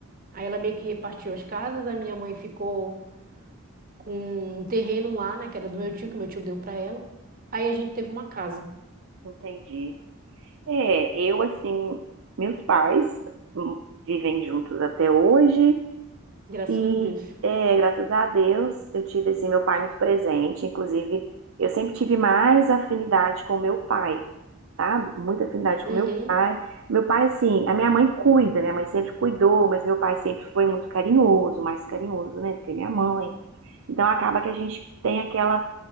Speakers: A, on the right (about 40°); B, on the right (about 65°).
A: aí ela meio que repartiu as casas, a minha mãe ficou com um terreno lá, né, que era do meu tio, que meu tio deu pra ela. Aí a gente teve uma casa,
B: Entendi. É, eu assim, meus pais hum, vivem juntos até hoje.
A: graças
B: E
A: a Deus.
B: é, graças a Deus, eu tive assim meu pai muito presente, inclusive eu sempre tive mais afinidade com meu pai, tá? Muita afinidade
A: Uhum.
B: com meu pai. Meu pai assim, a minha mãe cuida, minha mãe sempre cuidou, mas meu pai sempre foi muito carinhoso, mais carinhoso, né, do que minha mãe. Então acaba que a gente tem aquela,